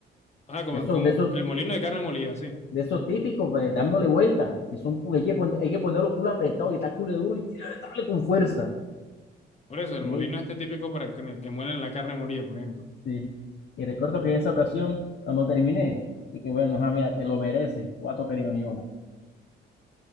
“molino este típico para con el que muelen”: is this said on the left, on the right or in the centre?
Left